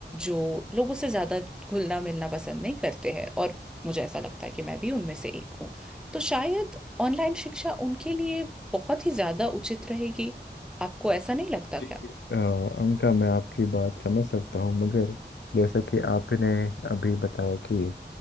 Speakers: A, in the centre; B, on the left (about 80°).
A: जो लोगों से ज्यादा घुलना मिलना पसंद नहीं करते हैं और मुझे ऐसा लगता है कि मैं भी उनमें से एक हूँ तो शायद ऑनलाइन शिक्षा उनके लिए बहुत ही ज्यादा उचित रहेगी आपको ऐसा नहीं लगता क्या
B: जी अ, अंका मैं आपकी बात समझ सकता हूँ मगर जैसा कि आपने अभी बताया कि